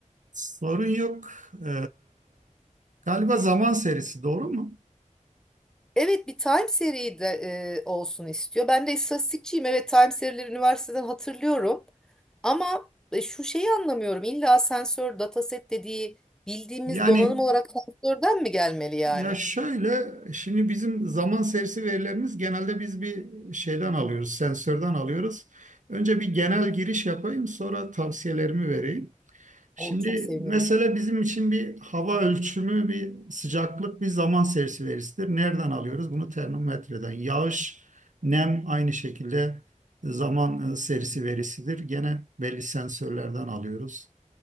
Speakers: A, on the right; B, in the centre.
A: Sorun yok. Ee, galiba zaman serisi doğru mu?
B: Evet bir time seri de e, olsun istiyor. Ben de istatistikçiyim evet time serileri üniversiteden hatırlıyorum. Ama e, şu şeyi anlamıyorum illa sensör dataset dediği bildiğimiz
A: Yani
B: donanım olarak sensörden mi gelmeli yani?
A: ya şöyle şimdi bizim zaman serisi verilerimiz genelde biz bir şeyden alıyoruz, sensörden alıyoruz. Önce bir genel giriş yapayım, sonra tavsiyelerimi vereyim. Şimdi
B: Oo, çok sevinirim.
A: mesela bizim için bir hava ölçümü, bir sıcaklık, bir zaman serisi verisidir. Nereden alıyoruz? Bunu termometreden. Yağış, nem aynı şekilde zaman e, serisi verisidir. Gene belli sensörlerden alıyoruz.